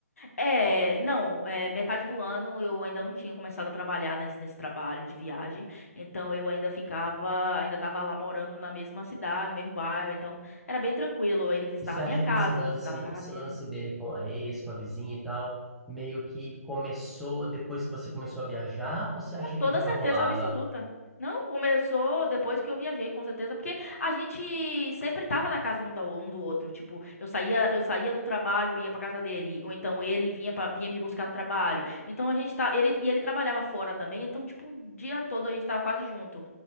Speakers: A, on the left (about 60°); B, in the centre.
A: É, não, é, metade do ano eu ainda não tinha começado a trabalhar nesse, nesse trabalho de viagem, então eu ainda ficava, ainda tava lá morando na mesma cidade, no mesmo bairro, então era bem tranquilo. Ele visitava
B: E você acha
A: a minha casa,
B: que esse lance,
A: eu visitava a casa
B: esse
A: dele.
B: lance dele com a ex, com a vizinha e tal, meio que começou depois que você começou a viajar? Ou você
A: Com
B: acha
A: toda
B: que já
A: certeza
B: rolava?
A: absoluta. Não, começou depois que eu viajei, com certeza, porque a gente sempre tava na casa um da- um do outro, tipo, eu saía, eu saía do trabalho e ia pra casa dele, ou então ele vinha pra, vinha me buscar no trabalho. Então a gente tá, ele e ele trabalhava fora também, então tipo, o dia todo a gente tava quase junto.